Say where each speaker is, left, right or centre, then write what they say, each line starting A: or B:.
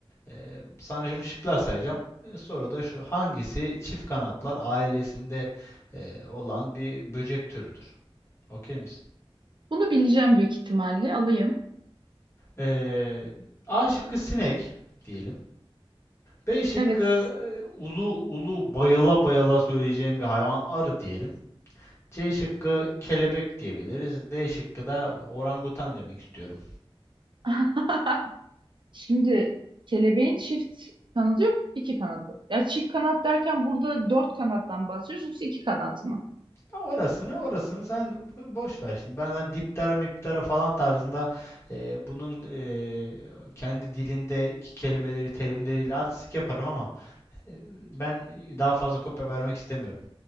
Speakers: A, on the left; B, on the right.
A: E, sana şimdi şıklar sayacağım. E, sonra da şu hangisi çift kanatlılar ailesinde e, olan bir böcek türüdür? Okey misin?
B: Bunu bileceğim büyük ihtimalle. Alayım.
A: E, A şıkkı sinek diyelim. B şıkkı
B: Evet.
A: e, ulu ulu bayıla bayıla söyleyeceğim bir hayvan arı diyelim. C şıkkı kelebek diyebiliriz. D şıkkı da orangutan demek istiyorum.
B: <laughs> Şimdi kelebeğin çift kanadı yok, iki kanadı. Ya çift kanat derken burada dört kanattan bahsediyoruz, yoksa iki kanat mı?
A: Ya Orasını orasını sen boş ver şimdi. Ben hani diptara miptara falan tarzında e, bunun e, kendi dilindeki kelimeleri, terimleriyle artistik yaparım ama e, ben daha fazla kopya vermek istemiyorum.